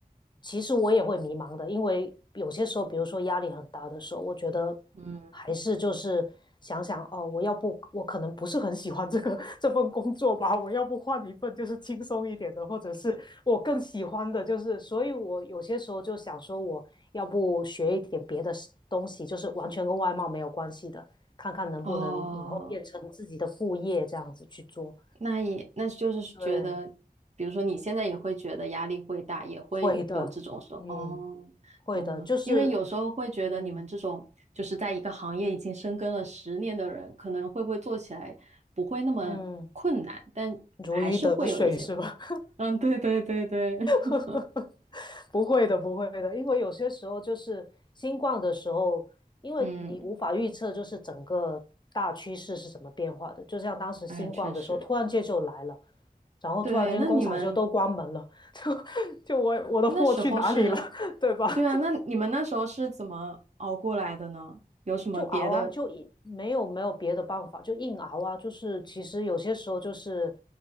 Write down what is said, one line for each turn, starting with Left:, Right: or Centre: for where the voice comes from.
Left: 其实我也会迷茫的，因为有些时候，比如说压力很大的时候，我觉得
Right: 嗯，
Left: 还是就是想想哦，我要不我可能不是很喜欢这个 <laughs> 这份工作吧，我要不换一份就是轻松一点的，或者是我更喜欢的就是，所以我有些时候就想说，我要不学一点别的东西，就是完全跟外贸没有关系的，看看能不能以后变成自己的副业这样子去做。
Right: 哦。那也那就是觉得，
Left: 对，
Right: 比如说你现在也会觉得压力会大，也会有这种说哦，
Left: 会的，嗯，会的，
Right: 懂了，
Left: 就是，
Right: 因为有时候会觉得你们这种就是在一个行业已经深耕了十年的人，
Left: 嗯
Right: 可能会不会做起来不会那么困难，
Left: 嗯，
Right: 但还是会有一些，
Left: 如鱼得水是吧？
Right: 嗯，对对对对，<laughs>
Left: <laughs> 不会的，不会的，因为有些时候就是新冠的时候，因为你无法预测，
Right: 嗯，
Left: 就是整个大趋势是怎么变化的。就像当时新冠的时候，
Right: 哎，确实，
Left: 突然间就来了，然后突然间工厂就都关门了，
Right: 对，那你们
Left: 就我我的货去哪里了，
Right: 那时候是，
Left: <laughs> 对吧？
Right: 对啊，那你们那时候是怎么熬过来的呢？有什么别的？
Left: 就熬啊，就一没有没有别的办法，就硬熬啊。就是其实有些时候就是